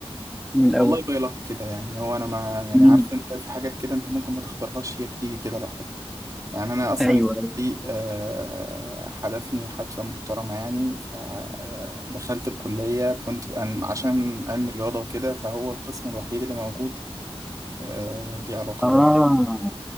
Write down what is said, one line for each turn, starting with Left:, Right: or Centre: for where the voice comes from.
Centre: من الاول
Right: والله باي لك كده يعني هو أنا ما يعني
Centre: مم.
Right: عارف أنت في حاجات كده أنت ممكن ما تختارهاش هي بتيجي كده لوحدها يعني انا اصلا
Centre: ايوه أيوة.
Right: دي آه، حدفني حدفة محترمة يعني فدخلت الكلية كنت أن- عشان علم رياضة وكده فهو القسم الوحيد اللي موجود آه، ليه علاقة
Centre: اه
Right: بعلم